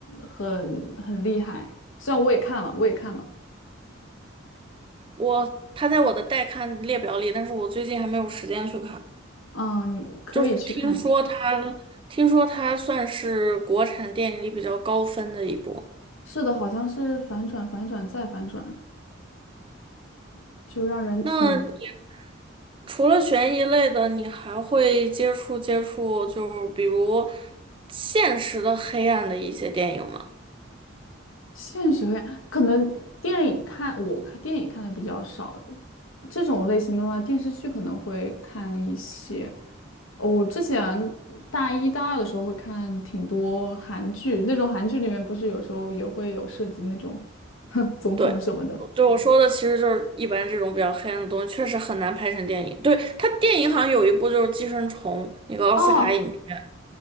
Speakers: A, on the left (about 85°); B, on the right (about 25°).
A: 很很厉害，虽然我也看了，我也看了。
B: 我它在我的待看列表里，但是我最近还没有时间去看。
A: 嗯，你可以去看一下。
B: 就是听说它，听说它算是国产电影里比较高分的一部。
A: 是的，好像是反转、反转再反转，就让人挺
B: 那除了悬疑类的，你还会接触接触，就是比如现实的黑暗的一些电影吗？
A: 现实和呀。可能电影看，我看电影看的比较少，这种类型的话，电视剧可能会看一些。哦我之前大一、大二的时候会看挺多韩剧，那种韩剧里面不是有时候也会有涉及那种 <laughs> 总统什么的。
B: 对，对我说的其实就是一般这种比较黑暗的东西，确实很难拍成电影。对，它电影好像有一部就是《寄生虫》，那个奥斯卡影片，
A: 哦，